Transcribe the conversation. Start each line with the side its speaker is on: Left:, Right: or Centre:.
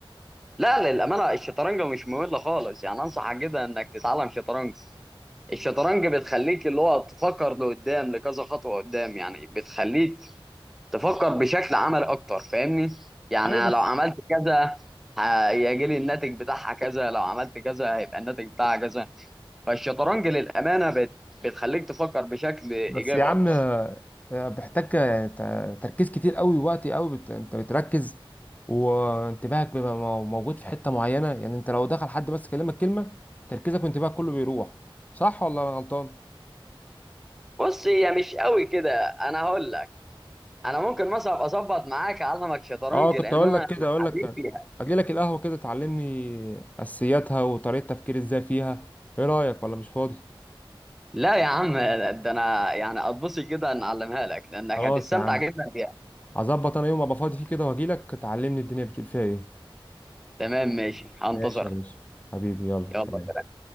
Centre: لا للامانه الشطرنج مش ممل خالص يعني انصحك جدا انك تتعلم شطرنج الشطرنج بتخليك اللي هو تفكر لقدام لكذا خطوة قدام يعني بتخليك تفكر بشكل عملي أكتر فاهمني؟ يعني
Left: ايوه بس
Centre: لو عملت كذا هيجي لي الناتج بتاعها كذا لو عملت كذا هيبقى الناتج بتاعها كذا فالشطرنج للأمانة بت... بتخليك تفكر بشكل إيجابي
Left: بس يا عم
Centre: أكتر
Left: آه، بيحتاج آه، ت- تركيز كتير قوي ووقت قوي بت... انت بتركز وانتباهك بيبقى مو- موجود في حتة معينة يعني انت لو دخل حد بس كلمك كلمة تركيزك وانتباهك كله بيروح صح ولا انا غلطان
Centre: بص هي مش قوي كده أنا هقول لك أنا ممكن مثلا أبقى أظبط معاك أعلمك شطرنج
Left: اه كنت
Centre: لأن
Left: اقول
Centre: أنا
Left: لك كده اقول
Centre: حريف
Left: لك
Centre: فيها
Left: اجي لك القهوة كده تعلمني اساسياتها وطريقة تفكير ازاي فيها ايه رأيك ولا مش فاضي
Centre: لا يا عم ده أنا يعني أتبسط جدا إن أعلمها لك لأنك
Left: خلاص
Centre: هتستمتع
Left: يا عم
Centre: جدا بيها
Left: هظبط انا يوم ابقى فاضي فيه كده واجي لك تعلمني الدنيا بتقول فيها ايه
Centre: تمام ماشي هنتظرك
Left: ماشي يا باشا حبيبي يلا
Centre: يلا
Left: سلام